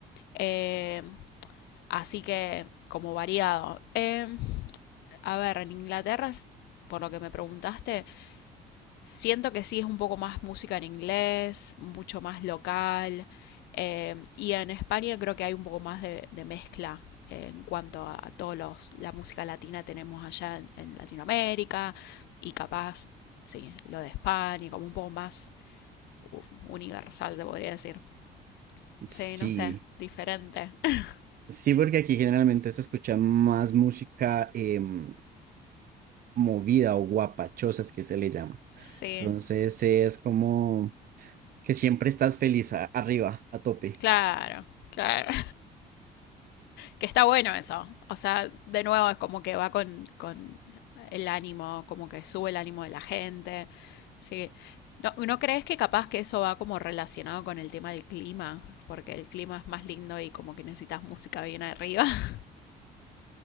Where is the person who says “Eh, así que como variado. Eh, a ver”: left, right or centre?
Left